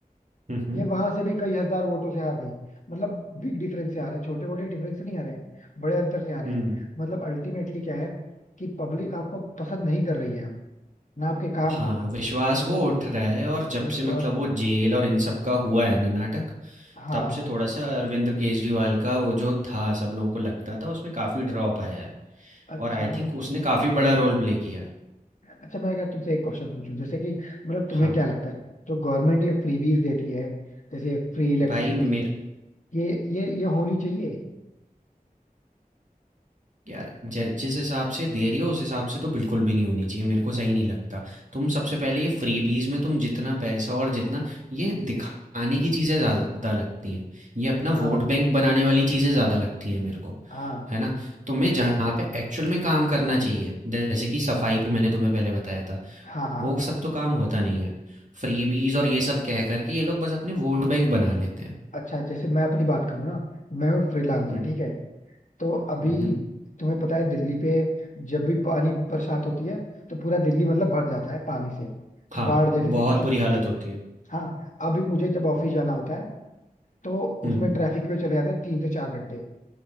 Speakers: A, on the right; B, on the left.
A: हम्म हम्म
B: ये वहां से भी कई हजार वोटों से हार गई मतलब बिग डिफरेंस से आ रहे हैं छोटे मोटे डिफरेंस से नहीं आ रहे हैं बड़े अंतर से आ रहे
A: हम्म
B: हैं मतलब अल्टीमेटली क्या है कि पब्लिक आपको पसंद नहीं कर रही है अब, ना आपके काम
A: हाँ,
B: को
A: विश्वास
B: मतलब
A: वो उठ रहा है और जब
B: विश्वास
A: से मतलब वो जेल और इन सब का हुआ है ना नाटक
B: हाँ
A: तब से थोड़ा सा अरविंद केजरीवाल का वो जो था सब लोगों को लगता था उसमें काफी ड्रॉप आया है
B: अच्छा
A: और आई थिंक उसने काफी बड़ा रोल प्ले किया है
B: अच्छा मैं अगर तुमसे एक क्वेश्चन पूछूं जैसे कि मतलब तुम्हें
A: हाँ
B: क्या लगता है जो गवर्नमेंट ये फ्रीबीज देती है जैसे फ्री इलेक्ट्रिसिटी
A: भाई मे
B: ये ये ये होनी चाहिए
A: यार जै- जिस हिसाब से दे रही हो उस हिसाब से तो बिल्कुल भी नहीं होनी चाहिए मेरे को सही नहीं लगता तुम सबसे पहले ये फ्रीबीज में तुम जितना पैसा और जितना ये दिखाने की चीज़ें ज़्यादा लगती हैं ये अपना
B: हाँ
A: वोट बैंक बनाने वाली चीज़ें ज़्यादा लगती हैं मेरे को
B: हाँ
A: है ना तुम्हें जहाँ पे एक्चुअल में काम करना चाहिए जैसे कि सफाई पे मैंने तुम्हें पहले बताया था
B: हाँ हाँ
A: वो सब तो काम होता नहीं है फ्रीबीज और ये सब कह करके ये लोग बस अपने वोट बैंक बना लेते हैं
B: अच्छा जैसे मैं अपनी बात करूँ ना मैं हूँ फ्रीलांसर
A: हम्म
B: ठीक है तो अभी
A: हम्म
B: तुम्हें पता है दिल्ली पे जब भी पानी बरसात होती है तो पूरा दिल्ली मतलब भर जाता है पानी से
A: हाँ
B: बाढ़ जैसी
A: बहुत
B: सिचुएशन
A: बुरी
B: हो जाती
A: हालत
B: है
A: होती है
B: हाँ अभी मुझे जब ऑफिस जाना होता है तो
A: हम्म
B: उसमें ट्रैफिक में चले जाते हैं तीन से चार घंटे